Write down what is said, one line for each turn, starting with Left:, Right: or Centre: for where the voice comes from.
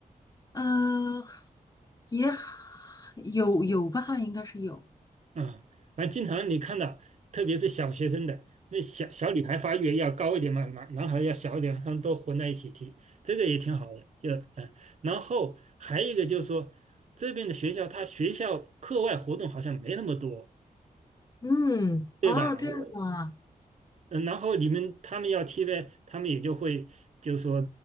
Left: 呃，也有有吧，应该是有。
Right: 啊，反正经常你看到，特别是小学生的，那小小女孩发育要高一点嘛，男男孩要小一点，他们都混在一起踢，这个也挺好的。就嗯，呃然后还有一个就是说，这边的学校，他学校课外活动好像没那么多，
Left: 嗯，
Right: 对吧？
Left: 哦，这样子啊，
Right: 我，嗯然后你们他们要踢呗，他们也就会就是说，